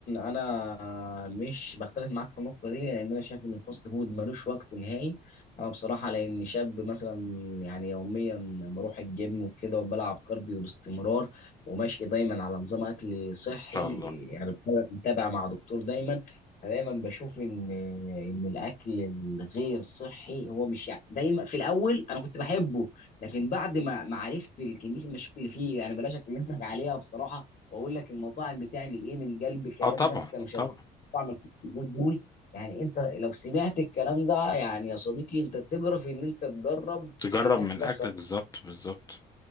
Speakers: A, on the left; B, on the left.
A: أنا مش بختلف معاك في النقطة دي لأن أنا شايف إن الفاست فود ملوش وقت نهائي، أنا بصراحة لأن شاب مثلا يعني يوميا بروح الجيم وكده وبلعب كارديو باستمرار وماشي دايما على نظام أكل صحي
B: ان شاء الله
A: يعني متابع مع دكتور دايما فدايما بشوف إن إن الأكل الغير صحي هو مش يعني دايما في الأول أنا كنت بحبه لكن بعد ما ما عرفت كمية المشاكل اللي فيه يعني بلاش أكلمك عليها بصراحة واقول لك المطاعم بتعمل ايه من قلب كلام
B: اه طبعا
A: ناس كانوا شغالين
B: طبعا
A: في مطاعم الكومود دول يعني انت لو سمعت الكلام ده يعني يا صديقي انت تجرف ان انت تجرب
B: تجرب
A: الاكل
B: من الاكل
A: ده بصراحه
B: بالظبط بالظبط